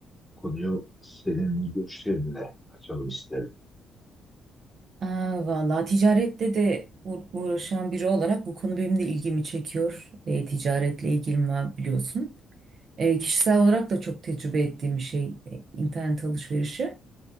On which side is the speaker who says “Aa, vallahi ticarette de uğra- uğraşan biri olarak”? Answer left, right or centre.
Right